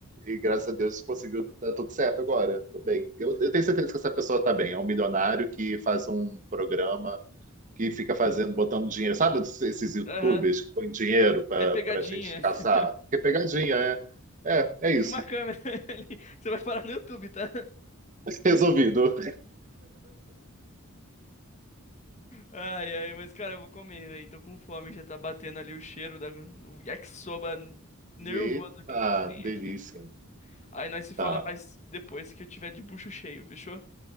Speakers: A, on the right; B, on the left.
A: e graças a Deus conseguiu dar tudo certo agora. Tô bem. Eu, eu tenho certeza que essa pessoa tá bem. É um milionário que faz um programa que fica fazendo, botando dinheiro. Sabe esses YouTubers
B: Aham.
A: que põem dinheiro pra,
B: É pegadinha.
A: pra gente
B: <laughs>
A: caçar? Que é pegadinha, é. É, é isso.
B: Tinha uma câmera <laughs> ali. Você vai parar no YouTube, tá?
A: <laughs> Resolvido.
B: Ai, ai, mas cara, eu vou comer, velho. Tô com fome, já tá batendo ali o cheiro da o yakisoba nervoso
A: Eita,
B: que tem
A: delícia.
B: aqui. Aí nós se fala
A: Tá.
B: mais depois que eu tiver de bucho cheio, fechou?